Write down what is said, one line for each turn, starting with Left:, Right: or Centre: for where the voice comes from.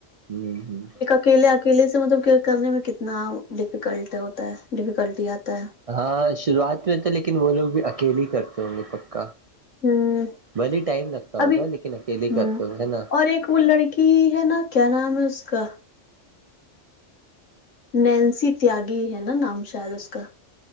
Right: ہوں ہوں
Left: اکیلے اکیلے سے مطلب کرنے میں کتنا ڈیفیکلٹ ہوتا ہے ڈیفیکلٹی آتا ہے
Right: ہاں شروعات میں تو لیکن وہ لوگ بھی اکیلے ہی کرتے ہوں گے پکا
Left: ہوں
Right: بھلی ٹائم لگتا ہوگا
Left: ابھی
Right: لیکن اکیلے ہی کرتے
Left: ہوں
Right: گے ہے نا
Left: اور ایک وہ لڑ کی ہے نا کیا نام ہے اس کا نینسی تیاگی ہے نا نام شاید اس کا